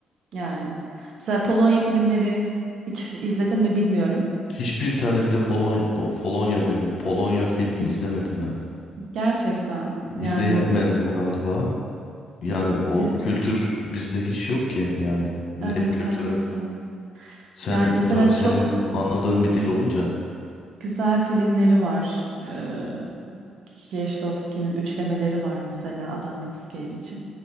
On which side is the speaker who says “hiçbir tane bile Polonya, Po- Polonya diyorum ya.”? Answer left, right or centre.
Left